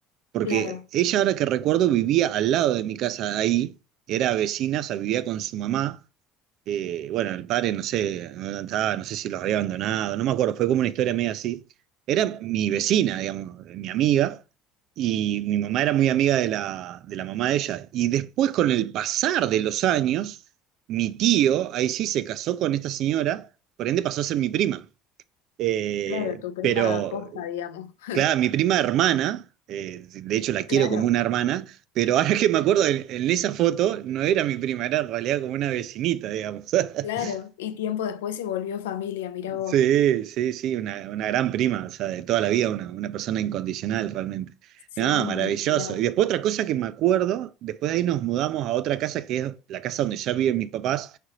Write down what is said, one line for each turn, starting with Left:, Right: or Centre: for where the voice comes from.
Right: porque
Left: Claro,
Right: ella ahora que recuerdo vivía al lado de mi casa ahí, era vecina, o sea, vivía con su mamá. eh, bueno, el padre, no sé, no estaba, no sé si los había abandonado, no me acuerdo, fue como una historia medio así. Era mi vecina, digamos, mi amiga y mi mamá era muy amiga de la, de la mamá de ella. Y después, con el pasar de los años, mi tío, ahí sí, se casó con esta señora, por ende pasó a ser mi prima. Eh,
Left: claro, tu prima
Right: pero,
Left: posta, digamos. <laughs>
Right: claro, mi prima hermana, eh, de hecho la quiero
Left: Claro,
Right: como una hermana, pero ahora que me acuerdo, en, en esa foto no era mi prima, era en realidad como una vecinita, digamos. <laughs>
Left: claro. Y tiempo después se volvió familia, mirá vos.
Right: Sí, sí, sí, una, una gran prima, o sea, de toda la vida, una, una persona incondicional realmente.
Left: Sí,
Right: No, maravilloso.
Left: ni hablar.
Right: Y después otra cosa que me acuerdo, después de ahí nos mudamos a otra casa que es la casa donde ya viven mis papás,